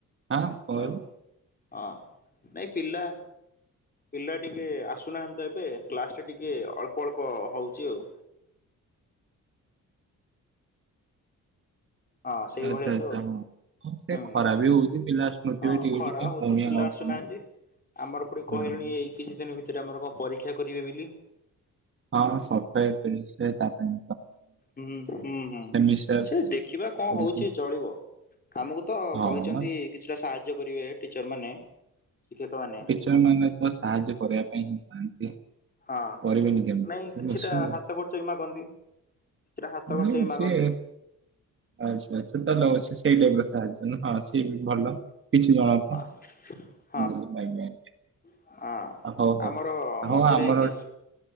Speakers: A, on the right; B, on the left.
A: ଆଁ କଣ କହିଲୁ?
B: ଆଉ ହଁ ନାଇଁ ପିଲା ପିଲା ଟିକେ ଆସୁନାହାନ୍ତି ତ ଏବେ କ୍ଲାସଟା ଟିକେ ଅଳ୍ପ ଅଳ୍ପ ହୋଉଚି ଆଉ। ହଁ ସେଇଭଳିଆ
A: ଆଚ୍ଛା ଆଚ୍ଛା
B: ତ।
A: ହଁ ହଁ
B: ହୁଁ
A: ସେ ଖରା ବି ହୋଉଚି ପିଲା ଆସୁନଥିବେ
B: ହଁ
A: ଟିକେ
B: ଖରା
A: ଟିକେ
B: ହଉଛି
A: ପୁଣି
B: ପିଲା
A: ଆଉ
B: ଆସୁନାହାନ୍ତି।
A: କଣ
B: ଆମର ପଟେ କହିଲେଣି
A: ହୁଁ।
B: ଏଇ କିଛି ଦିନ ଭିତରେ ଆମର କଣ ପରୀକ୍ଷା କରିବେ ବୋଲି।
A: ହଁ ସପ୍ତାହେ <unintelligible> ତା ପାଇଁ।
B: ଉଁ ଉଁ ହୁଁ ହୁଁ
A: ସେମିଷ୍ଟାର
B: ଆଛା ଦେଖିବା କଣ
A: କରିକି।
B: ହୋଉଛି ଚଳିବ। କାମୁକୁ ତ
A: ହଁ
B: କହିଛନ୍ତି
A: ମ
B: କିଛିଟା ସାହାଯ୍ୟ କରିବେ ଟିଚରମାନେ ଶିକ୍ଷକମାନେ।
A: ଟିଚରମାନେ ତ ସାହାଯ୍ୟ କରିବା ପାଇଁ ହିଁ ଥାଆନ୍ତି।
B: ହଁ
A: କରିବେନି କେମତି
B: ନାଇଁ
A: ସେ
B: କିଛିଟା
A: ନିଶ୍ଚିୟ
B: ହାତ ଖର୍ଚ୍ଚ ବି ମାଗନ୍ତି କିଛିଟା ହାତ ଖର୍ଚ୍ଚ
A: ନାଇଁ
B: ବି ମାଗନ୍ତି।
A: ସିଏ ଆଚ୍ଛା ଆଚ୍ଛା ତାହେଲେ ଅବଶ୍ୟ ସେଇ ଟାଇପର ସାହାଯ୍ୟ ନା ହଁ ସିଏ ବି ଭଲ କିଛି ଜଣଙ୍କ ପାଇଁ।
B: ହ
A: <inaudible> ପାଇଯାଏଁ
B: ହଁ।
A: ଆ ହୋଉ ହୋଉ
B: ଆମର
A: ଆ ହୋଉ
B: ମଝିରେ
A: ଆମର
B: କି
A: ଏ